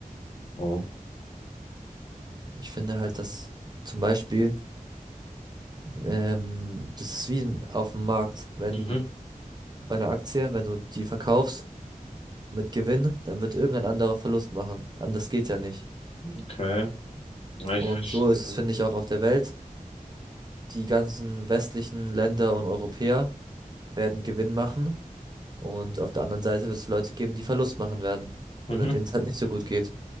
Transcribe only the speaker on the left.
Oh.
Mhm,
okay. Ja, ich
verstehe.
Mhm,